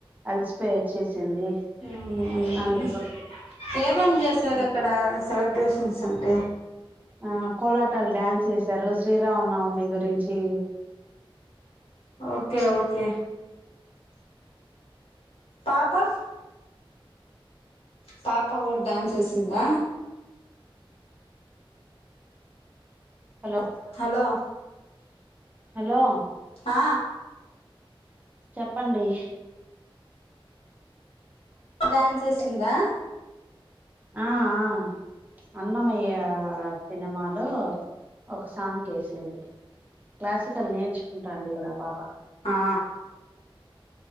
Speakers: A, on the right; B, on the left.
A: అలసిపోయి వచ్చేసింది
B: మ్మ్
A: అందుకు
B: ఏమేం చేశారు అక్కడ సెలబ్రేషన్స్ అంటే
A: ఆ కోలాటాలు డ్యాన్స్ చేసారు శ్రీరామనవమి గురించి
B: ఓకే ఓకే పాప పాప కూడా డ్యాన్స్ వేసిందా
A: హలో
B: హలో
A: హలో
B: ఆ
A: చెప్పండి
B: డ్యాన్స్ ఎసిందా
A: ఆ ఆ అన్నమయ్య ఆ ఆ సినిమాలో ఒక సాంగ్కకి ఎసింది క్లాసికల్ నేర్చుకుంటాంది కదా ఆ పాప
B: ఆ